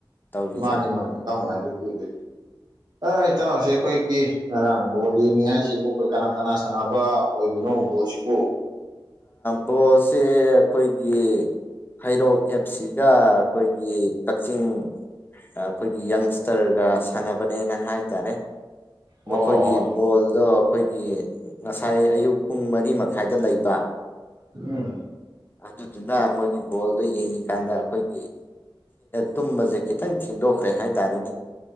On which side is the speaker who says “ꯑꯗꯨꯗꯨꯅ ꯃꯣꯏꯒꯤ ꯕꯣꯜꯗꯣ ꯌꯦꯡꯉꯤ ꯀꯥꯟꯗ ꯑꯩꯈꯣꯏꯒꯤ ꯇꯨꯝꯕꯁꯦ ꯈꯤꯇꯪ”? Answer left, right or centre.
Left